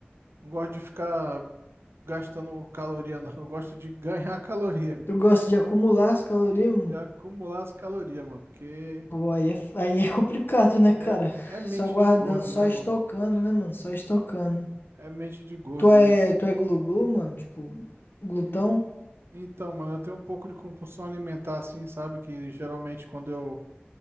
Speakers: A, on the right; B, on the left.
A: não gosto de ficar gastando caloria, <laughs> não. Eu gosto de ganhar <laughs> caloria,
B: Tu gosta de acumular as calorias, mano?
A: de acumular as calorias, mano, porque
B: Pô, aí é, aí é complicado, né, cara?
A: é, é mente
B: Só guardando,
A: de gordo,
B: só
A: né,
B: estocando,
A: mano?
B: né, mano? Só estocando.
A: É mente de gordo
B: Tu é,
A: isso.
B: tu é glu-glu, mano? Tipo, glutão?
A: En- Então, mano, eu tenho um pouco de compulsão alimentar, assim, sabe? Que geralmente quando eu